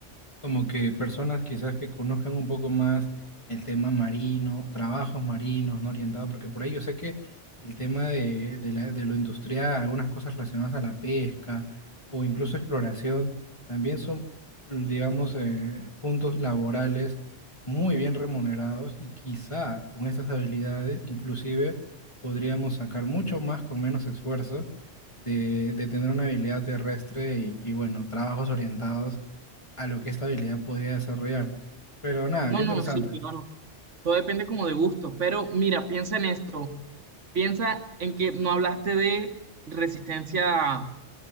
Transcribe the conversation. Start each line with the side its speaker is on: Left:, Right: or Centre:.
Left: Como que personas quizás que conozcan un poco más el tema marino, trabajos marinos, ¿no? Orientados, porque por ahí yo sé que el tema de, de la- de lo industrial, algunas cosas relacionadas a la pesca o incluso exploración, también son, digamos, eh, puntos laborales muy bien remunerados y quizá con estas habilidades inclusive podríamos sacar mucho más con menos esfuerzo de, de tener una habilidad terrestre y, y bueno, trabajos orientados a lo que esta habilidad podría desarrollar. Pero nada,
Right: No,
Left: qué interesante.
Right: no, sí, claro. Todo depende como de gustos, pero mira, piensa en esto. Piensa en que no hablaste de resistencia